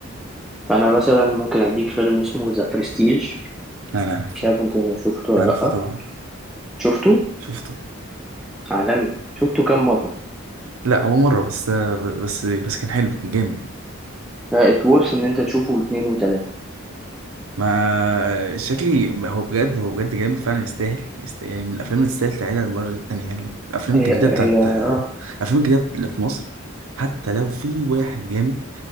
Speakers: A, in the centre; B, on the right.
A: فانا مثلا ممكن اديك فيلم اسمه ذا برستيج
B: انا عارفه
A: مش عارف انت شفته ولا
B: عارفه
A: لا
B: طبعا
A: شفته
B: شفته
A: عالمي شفته كام مره
B: لا هو مره بس بس بس كان حلو كان جامد
A: ات ورث ان انت تشوفه اتنين وتلاتة
B: ما شكلي هو بجد هو بجد جامد فعلا يستاهل يست- يعني من الافلام اللي تستاهل تعيدها مرة تانية يعني الافلام
A: هي
B: الجديده
A: هي
B: بتاعت
A: اه
B: الافلام الجديده اللي في مصر حتى لو في واحد جامد